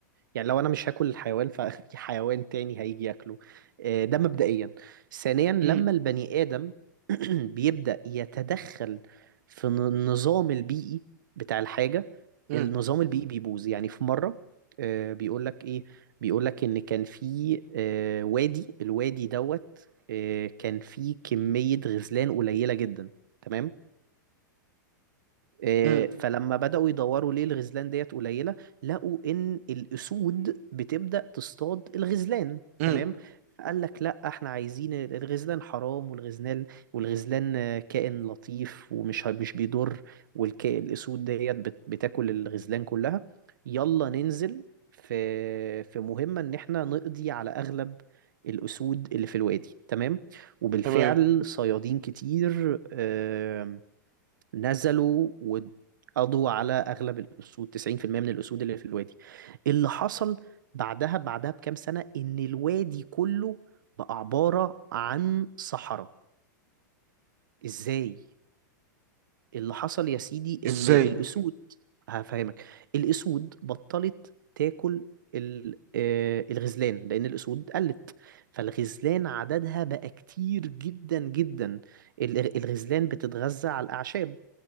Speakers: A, on the right; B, on the right.
A: يعني لو انا مش هاكل الحيوان ففي <laughs> حيوان تاني هيجي ياكله آه، ده مبدئيا ثانيا لما
B: مم.
A: البني ادم <clears throat> بيبدأ يتدخل في ن- النظام البيئي بتاع الحاجة
B: مم.
A: النظام البيئي بيبوظ يعني في مرة آه، بيقولك ايه بيقولك ان كان في آه، وادي الوادي دوت آه، كان فيه كمية غزلان قليلة جدا تمام إيه،
B: مم.
A: فلما بدأوا يدوروا ليه الغزلان ديت قليلة لقوا إن الأسود بتبدأ تصطاد الغزلان
B: مم.
A: تمام قال لك لا احنا عايزين الغزلان حرام والغزلان والغزلان آه، كائن لطيف ومش مش بيضر والكائن الأسود ديت بت- بتاكل الغزلان كلها يلا ننزل في في مهمة إن احنا نقضي على أغلب الأسود اللي في الوادي تمام وبالفعل
B: تمام
A: صيادين كتير آه، نزلوا وقضوا على اغلب الاسود 90% من الاسود اللي في الوادي اللي حصل بعدها بعدها بكام سنة ان الوادي كله بقى عبارة عن صحراء ازاي اللي حصل يا سيدي ان
B: إزاي
A: الاسود هفهمك الاسود بطلت تاكل ال- آه، الغزلان لان الاسود قلت فالغزلان عددها بقى كتير جدا جدا ال- الغزلان بتتغذى على الاعشاب